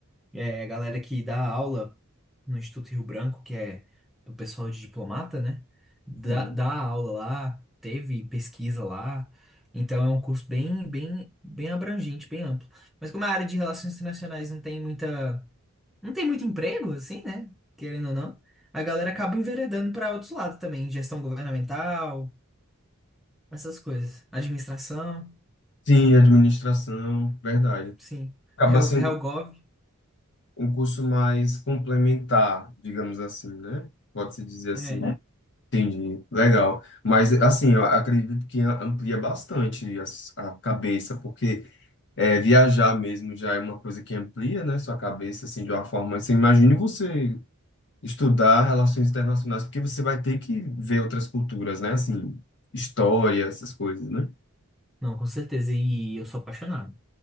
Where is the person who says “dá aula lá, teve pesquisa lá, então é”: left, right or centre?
Centre